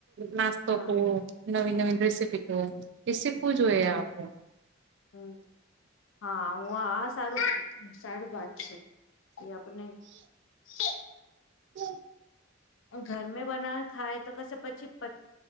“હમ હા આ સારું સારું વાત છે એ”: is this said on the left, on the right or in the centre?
Left